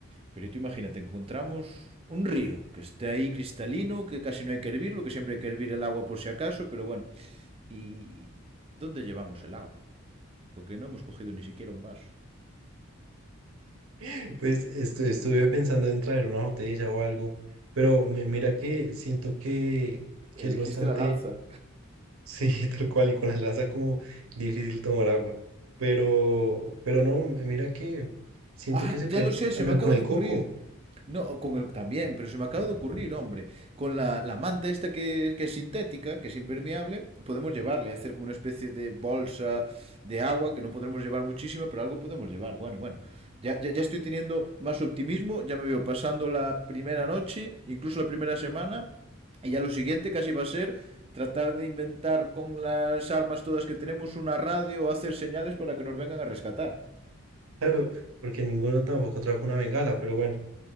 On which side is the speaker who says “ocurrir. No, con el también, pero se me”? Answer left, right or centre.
Right